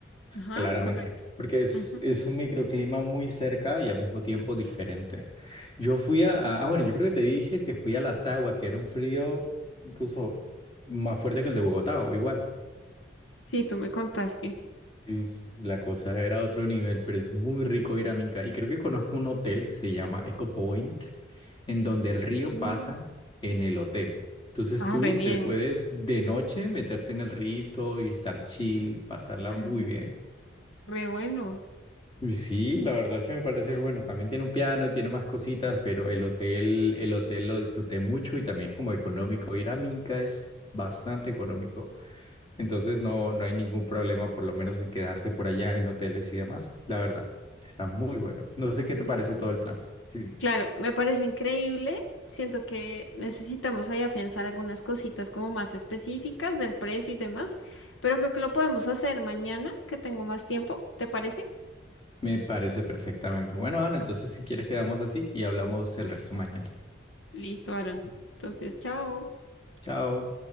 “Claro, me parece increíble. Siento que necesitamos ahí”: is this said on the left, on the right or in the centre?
Left